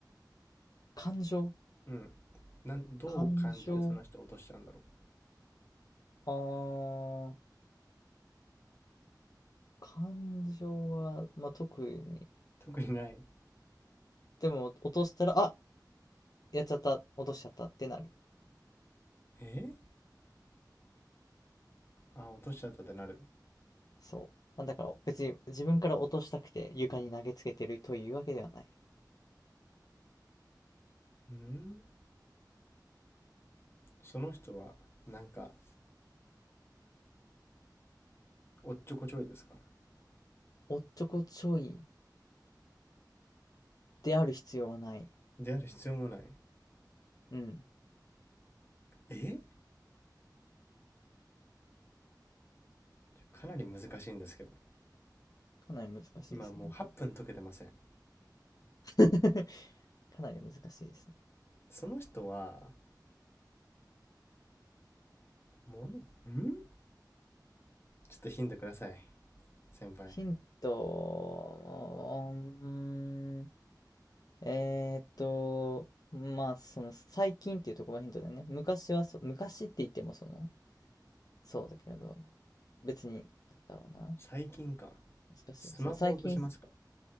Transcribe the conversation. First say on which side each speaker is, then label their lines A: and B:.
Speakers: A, on the left; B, on the left.
A: 感情
B: うん。なん、どう感じてその人を落としちゃうんだろう
A: 感情あー、感情は、まあ、特に。
B: 特にない。
A: でも、落としたら、あ、やっちゃった、落としちゃったってなる。
B: えあー、落としちゃったってなる。
A: そう。なんだから、別に自分から落としたくて床に投げつけてるというわけではない。
B: うんその人は、なんか、おっちょこちょいですか
A: おっちょこちょいである必要はない。
B: である必要もない。
A: うん。
B: えかなり難しいんですけど。
A: かなり難しいですね。
B: 今もう8分解けてません。
A: <laughs> かなり難しいですね。
B: その人は、ものんちょっとヒントください。先輩。
A: ヒント、うーん、えーっと、まあ、その最近っていうところがヒントだよね。昔はそ、昔って言ってもその、そうだけど、別に、なんだろうな。
B: 最近か。
A: 難しい。
B: スマホを落としますか
A: そう、最近、